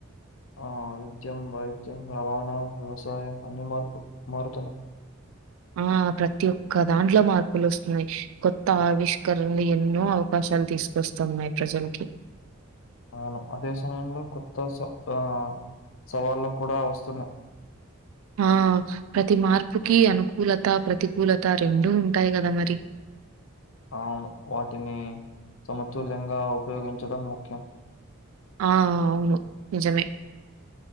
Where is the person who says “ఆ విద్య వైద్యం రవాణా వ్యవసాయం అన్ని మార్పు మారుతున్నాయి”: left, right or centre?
Left